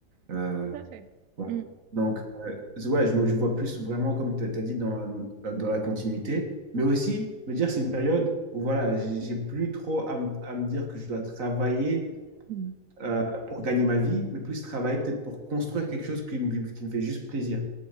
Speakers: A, on the right; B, on the right.
A: Euh,
B: à fait.
A: voilà.
B: Mm,
A: Donc, euh, c'est- ouais, je, me- je vois plus vraiment, comme tu as dit, dans, dans la continuité, mais aussi me dire c'est une période où voilà, j'ai j'ai plus trop à, me à me dire que je dois travailler
B: mm,
A: euh, pour gagner ma vie, mais plus travailler peut-être pour construire quelque chose qui me, qui me fait juste plaisir.